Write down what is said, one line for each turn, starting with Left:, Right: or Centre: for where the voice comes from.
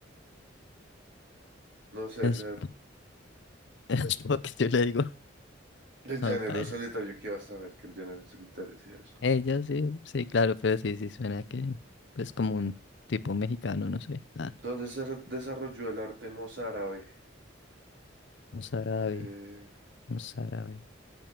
Right: No sé,
Left: Es,
Right: perro.
Left: <laughs> Spock, yo le digo.
Right: El llanero
Left: No, paila.
Right: solitario, ¿qué vas a ver que el llanero solitario hacía eso?
Left: ella sí, sí, claro, pero sí, sí suena que, pues, como un tipo mexicano, no sé. Ah,
Right: ¿Dónde se re- desarrolló el arte mozárabe?
Left: un árabe,
Right: Eh,
Left: un árabe.